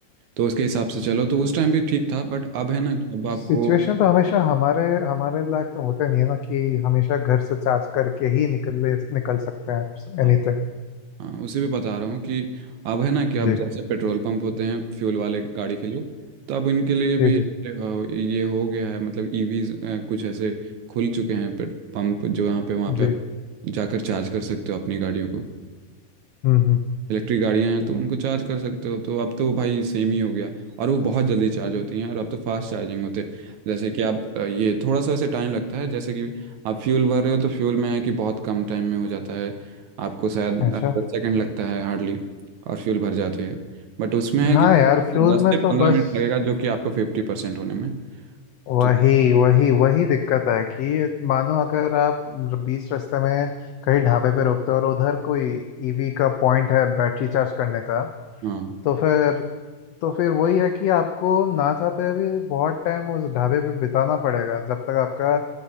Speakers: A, on the right; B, on the left.
A: तो उसके हिसाब से चलो तो उस टाइम भी ठीक था बट अब है ना कि अब आपको
B: सिचुएशन तो हमेशा हमारे हमारे लायक तो होते नहीं है ना कि हमेशा घर से चार्ज करके ही निकले निकल सकते हैं
A: हाँ
B: एनीथिंग
A: हाँ उसी पे बता रहा हूँ कि अब है ना कि
B: जी
A: अब जैसे पेट्रोल पंप होते हैं फ्यूल वाले गाड़ी के लिए तो अब इनके लिए
B: जी
A: भी अ,
B: जी
A: ये हो गया है मतलब ईवीज कुछ ऐसे खुल चुके हैं पेट पंप जो यहाँ पे वहाँ
B: जी
A: पे आप जाकर चार्ज कर सकते हो अपनी गाड़ियों को
B: हम्म हम्म
A: इलेक्ट्रिक गाड़ियां हैं तो उनको चार्ज कर सकते हो तो अब तो भाई सेम ही हो गया और वो बहुत जल्दी चार्ज होती हैं और अब तो फास्ट चार्जिंग होते हैं जैसे कि आप अ, ये थोड़ा सा वैसे टाइम लगता है जैसे कि आप फ्यूल भर रहे हो तो फ्यूल में है कि बहुत कम टाइम में हो जाता है आपको शायद
B: अच्छा
A: दस सेकंड लगता है हार्डली और फ्यूल भर जाती है बट उसमें है
B: हाँ
A: कि
B: यार फ्यूल
A: दस
B: में
A: से
B: तो
A: पंद्रह
B: बस
A: मिनट लगेगा जो कि आपको फिफ्टी परसेंट होने में
B: वही
A: तो
B: वही वही दिक्कत है कि मानो अगर आप बीच रास्ते में कहीं ढाबे पे रुकते हो और उधर कोई ईवी का पॉइंट है बैटरी चार्ज करने का
A: हाँ
B: तो फिर तो फिर वही है कि आपको ना चाहते हुए भी बहुत टाइम उस ढाबे पे बिताना पड़ेगा जब तक आपका